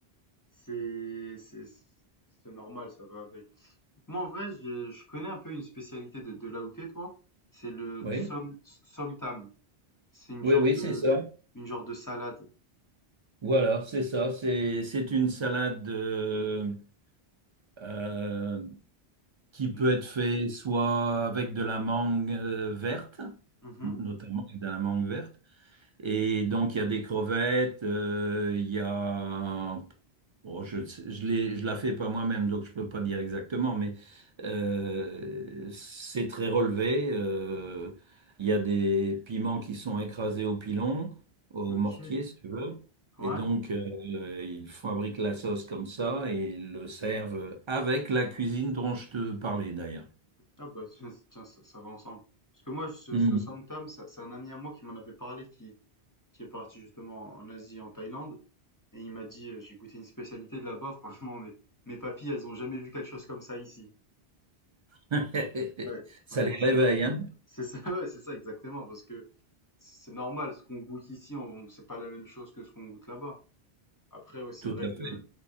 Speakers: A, on the left; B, on the right.
A: c'est, c'est, c'est normal, ça va avec. Moi, en vrai, je, je connais un peu une spécialité de, de là où t'es, toi. C'est le
B: Oui,
A: som, somtam. C'est une
B: oui,
A: genre
B: oui,
A: de,
B: c'est ça.
A: une genre de salade.
B: Voilà, c'est ça. C'est c'est une salade euh, euh, qui peut
A: Je-
B: être faite soit avec de la mangue euh, verte,
A: Mhm.
B: notamment avec de la mangue verte, et donc, il y a des crevettes, euh, il y a... Bon, je je l'ai- je la fais pas moi-même, donc je peux pas dire exactement, mais euh, c'est très relevé. euh, il y a des piments qui sont écrasés au pilon, au
A: OK.
B: mortier, si tu veux.
A: Ouais.
B: Et donc, euh, ils fabriquent la sauce comme ça et ils le servent avec la cuisine dont je te parlais d'ailleurs.
A: Ah, bah, tiens, tiens, ça, ça va ensemble. Parce que moi, ce,
B: Mhm.
A: ce som tam, ça- c'est un ami à moi qui m'en avait parlé, qui, qui est parti justement en Asie, en Thaïlande. Et il m'a dit, euh, j'ai goûté une spécialité de là-bas, franchement, mais mes papilles, elles ont jamais vu quelque chose comme ça ici.
B: <laughs>
A: Ouais, franchement,
B: Ça les
A: c'est
B: réveille, hein?
A: c'est ça, <laughs> ouais, c'est ça exactement, parce que c'est normal, ce qu'on goûte ici, on, c'est pas la même chose que ce qu'on goûte là-bas. Après, ouais, c'est
B: Tout
A: vrai
B: à
A: que
B: fait.